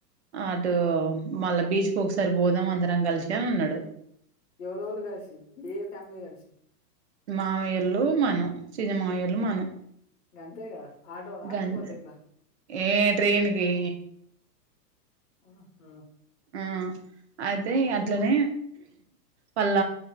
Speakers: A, on the right; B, on the left.
A: అటూ మళ్ళ బీచ్ కు ఒకసారి పోదాం అందరం కలిసి అని అన్నాడు.
B: ఎవరెవరు కలిసి ఏ ఏ ఫ్యామిలీ కల్షి?
A: మామయ్యోళ్ళు, మనం. సింజి మాయోళ్ళు, మనం.
B: గంతేగా? ఆటోనా?
A: గంత్
B: లెక్పోతెట్లా?
A: ఏ ట్రైన్ కి
B: ఆహా!
A: ఆ అయితిగట్లనే, వాళ్ళ